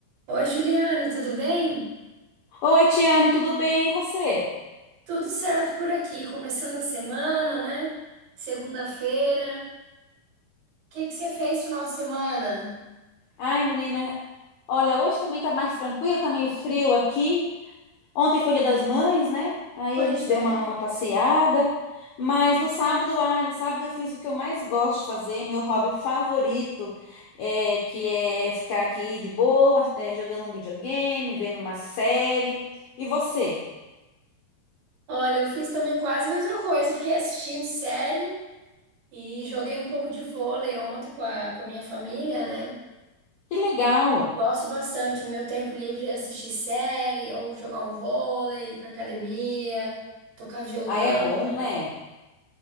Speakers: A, on the right; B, on the left.
A: Oi, Juliana, tudo bem?
B: Oi, Tiane, tudo bem? E você?
A: Tudo certo por aqui, começando a semana, né? Segunda-feira. O que que você fez final de semana?
B: Ai, menina, olha, hoje também tá mais tranquilo, tá meio frio aqui. Ontem foi Dia das Mães, né? Aí
A: Pois
B: a gente
A: é.
B: deu uma, uma passeada. Mas no sábado, ai, no sábado eu fiz o que eu mais gosto de fazer, meu hobby favorito, é, que é ficar aqui de boa, é, jogando um videogame, vendo uma série. E você?
A: Olha, eu fiz também quase a mesma coisa. Fiquei assistindo série e joguei um pouco de vôlei ontem com a, com a minha família, né?
B: Que legal!
A: Gosto bastante no meu tempo livre de assistir série ou jogar um vôlei, ir pra academia, tocar violão.
B: Aí é bom, né?